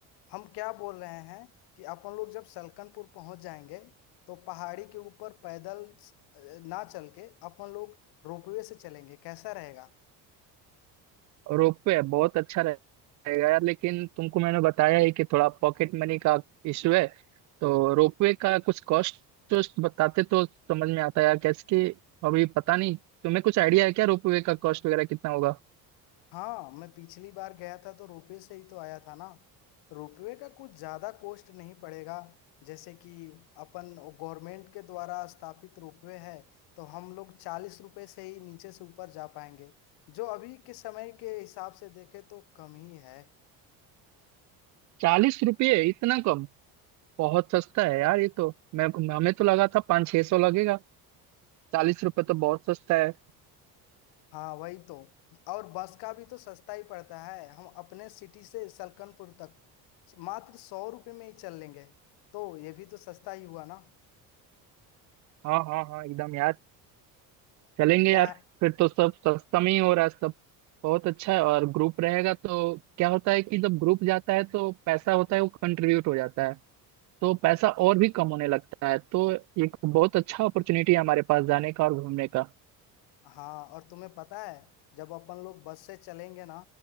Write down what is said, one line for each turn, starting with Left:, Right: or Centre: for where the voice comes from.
Left: हम क्या बोल रहे हैं कि अपन लोग जब सलकनपुर पहुंच जाएंगे तो पहाड़ी के ऊपर पैदल स- ना चल के अपन लोग रोपवे से चलेंगे कैसा रहेगा
Right: और रोप पे है, बहुत अच्छा रहेगा यार लेकिन तुमको मैंने बताया है कि थोड़ा पॉकेट मनी का इशू है तो रोपवे का कुछ कॉस्ट वोस्ट बताते तो समझ में आता यार कैसे कि अभी पता नहीं तुम्हें कुछ आइडिया है क्या रोपवे का कॉस्ट वगैरह कितना होगा
Left: हाँ मैं पिछली बार गया था तो रोपवे से ही तो आया था ना रोपवे का कुछ ज्यादा कॉस्ट नहीं पड़ेगा जैसे कि अपन गवर्नमेंट के द्वारा स्थापित रोपवे है तो हम लोग चालीस रुपए से ही नीचे से ऊपर जा पाएंगे जो अभी के समय के हिसाब से देखे तो कम ही है
Right: चालीस रुपये इतना कम बहुत सस्ता है यार ये तो मैं हमें तो लगा था पाँच छह सौ लगेगा चालीस रुपये तो बहुत सस्ता है
Left: हाँ वही तो और बस का भी तो सस्ता ही पड़ता है हम अपने सिटी से सलकनपुर तक मात्र सौ रुपये में ही चल लेंगे तो ये भी तो सस्ता ही हुआ ना
Right: हाँ हाँ हाँ एकदम यार चलेंगे
Left: क्या
Right: यार फिर तो सब सस्ता में ही हो रहा है सब बहुत अच्छा है और ग्रुप रहेगा तो क्या होता है कि जब ग्रुप जाता है तो पैसा होता है वो कंट्रीब्यूट हो जाता है तो पैसा और भी कम होने लगता है तो एक बहुत अच्छा अपॉर्चुनिटी है हमारे पास जाने का और घूमने का
Left: हाँ और तुम्हें पता है जब अपन लोग बस से चलेंगे ना